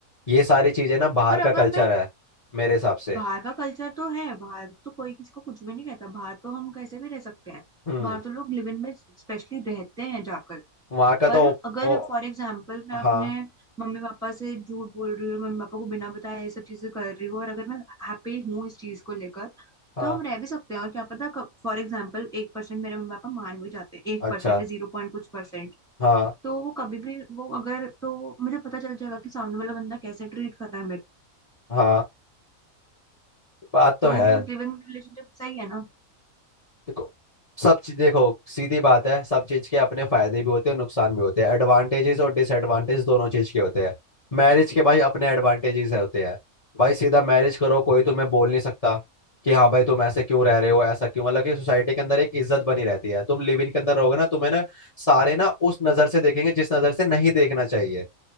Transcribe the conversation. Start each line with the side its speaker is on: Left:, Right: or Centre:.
Left: ये सारी चीजें ना बाहर
Centre: पर
Left: का
Centre: अगर
Left: कल्चर
Centre: मैं
Left: है मेरे हिसाब से
Centre: बाहर का कल्चर तो है बाहर तो कोई किसी को कुछ भी नहीं कहता बाहर तो हम कैसे भी रह सकते हैं
Left: हम्म
Centre: बाहर तो लोग लिव इन में स्पेशली रहते हैं जाकर
Left: वहाँ का
Centre: पर
Left: तो
Centre: अगर
Left: ओ,
Centre: फॉर एग्जाम्पल मैं
Left: हाँ
Centre: अपने मम्मी पापा से झूठ बोल रही हूँ मम्मी पापा को बिना बताए ये सब चीजें कर रही हूँ और अगर मैं हैप्पी हूँ इस चीज को लेकर
Left: हाँ
Centre: तो हम रह भी सकते हैं और क्या पता कब फॉर एग्जाम्पल एक परसेंट मेरे मम्मी पापा मान भी जाते हैं एक
Left: अच्छा
Centre: परसेंट या जीरो पॉइंट कुछ परसेंट
Left: हाँ
Centre: तो वो कभी भी वो अगर तो मुझे पता चल जाएगा कि सामने वाला बंदा कैसे ट्रीट कर रहा है मेरे
Left: हाँ बात तो
Centre: तो
Left: है
Centre: फिर लिविंग रिलेशनशिप सही है ना
Left: देखो सब चीज देखो सीधी बात है सब चीज के अपने फायदे भी होते हैं नुकसान भी होते हैं एडवांटेजेस और डिसएडवांटेज दोनों चीज के होते हैं मैरिज के भाई अपने एडवांटेजेस होते हैं भाई सीधा मैरिज करो कोई तुम्हें बोल नहीं सकता कि हाँ भाई तुम ऐसे क्यों रह रहे हो ऐसा क्यों मतलब कि सोसाइटी के अंदर एक इज्जत बनी रहती है तुम लिव इन के अंदर रहोगे ना तुम्हें ना सारे ना उस नजर से देखेंगे जिस नजर से नहीं देखना चाहिए